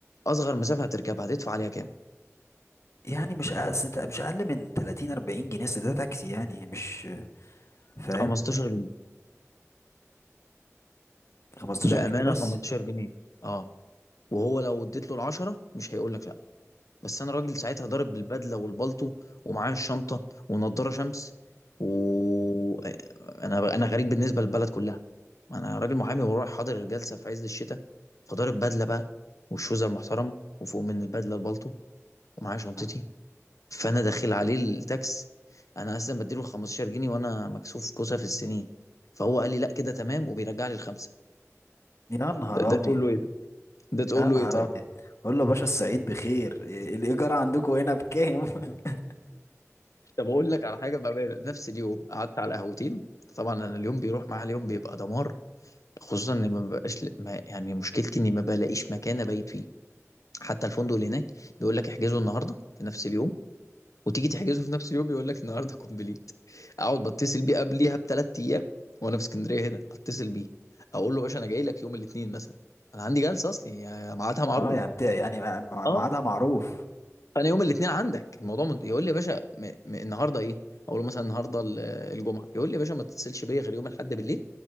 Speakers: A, on the left; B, on the left.
A: اصغر
B: مم.
A: مسافه هتركبها هتدفع عليها كام
B: يعني مش أقل مش اقل من 30 40 جنيه أصل ده تاكسي يعني مش فاهم
A: 15 جنيه
B: 15
A: بامانه
B: جنيه بس
A: 15 جنيه اه وهو لو اديت له العشرة مش هيقول لك لا بس انا راجل ساعتها ضارب بالبدله والبلطو ومعايا الشنطه ونضاره شمس و انا انا غريب بالنسبه للبلد كلها انا راجل محامي ورايح حاضر الجلسه في عز الشتاء فضارب بدله بقى والشوزه المحترمه وفوق من البدله البلطو ومعايا شنطتي
B: آه.
A: فانا داخل عليه التاكس انا اصلا بديله 15 جنيه وانا مكسوف كوسه في السنين فهو قال لي لا كده تمام وبيرجع لي الخمسه
B: يا نهار
A: ده, ده
B: ابيض
A: تقول له ايه ده ده تقول
B: يا
A: له
B: نهار
A: ايه طيب
B: ابيض قول له باشا السعيد بخير إيه الايجار عندكم هنا بكام <laughs>
A: طب اقول لك على حاجه بامانه نفس اليوم قعدت على قهوتين طبعا انا اليوم بيروح معايا اليوم بيبقى دمار خصوصا اني ما ببقاش ما يعني مشكلتي اني ما بلاقيش مكان ابيت فيه حتى الفندق اللي هناك بيقول لك احجزه النهارده في نفس اليوم وتيجي تحجزه في نفس اليوم يقول لك النهارده كومبليت اقعد بتصل بيه قبليها بثلاث ايام وانا في اسكندريه هنا اتصل بيه اقول له باشا انا جاي لك يوم الاثنين مثلا انا عندي جلسه اصلي يعني ميعادها معروف
B: اه يا بتاع يعني مع- مع-
A: اه
B: ميعادها معروف
A: فانا يوم الاثنين عندك الموضوع من... يقول لي يا باشا م... م... النهارده ايه اقول له مثلا النهارده ال- الجمعه يقول لي يا باشا ما تتصلش بيا غير يوم الاحد بالليل